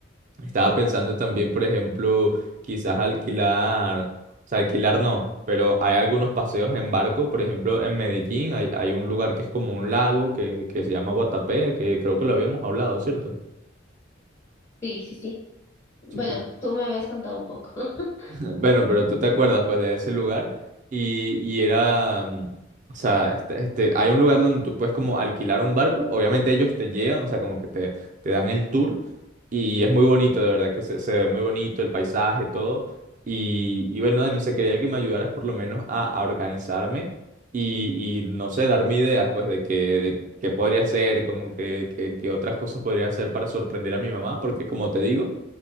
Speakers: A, on the right; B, on the left.
A: estaba pensando también, por ejemplo, quizás alquilar, o sea, alquilar no, pero hay algunos paseos en barco, por ejemplo, en Medellín hay, hay un lugar que es como un lago que, que se llama Guatapé, que creo que lo habíamos hablado, ¿cierto?
B: Sí, sí, sí. Bueno,
A: Sí,
B: tú me habías contado un poco. <laughs>
A: <laughs> Bueno, pero tú te acuerdas pues de ese lugar y, y era, mm, o sea, este, este, hay un lugar donde tú puedes como alquilar un barco, obviamente ellos te llevan, o sea, como que te, te dan el tour y es muy bonito, de verdad que se, se ve muy bonito el paisaje, todo. Y, y bueno, Dani, se quería que me ayudaras por lo menos a, a organizarme y, y no sé, darme ideas pues de que, de qué podría hacer, como que, que, que otras cosas podría hacer para sorprender a mi mamá, porque como te digo...